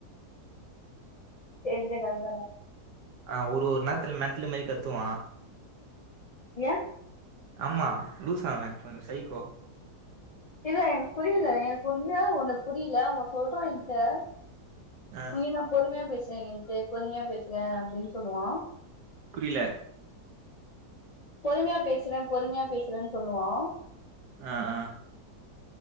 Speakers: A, on the left; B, on the right.
A: தெரிஞ்சனால தான
B: ஆ ஒரு ஒரு நேரத்துல மெண்ட்டல்லு மேரி கத்துவா
A: ஏ
B: ஆமா லூஸ் அவ கொஞ்சோ சைக்கோ
A: இல்ல எனக்கு புரில எனக்கு உண்மையாவே ஒன்னு புரில அவ சொல்றா ஏகிட்ட
B: ஆ
A: உன்னைய நா பொறுமையா பேசுற என்சு பொறுமையா பேசுற அப்டின் சொல்லுவா
B: புரில
A: பொறுமையா பேசுற பொறுமையா பேசறன் சொல்லுவா
B: அ அ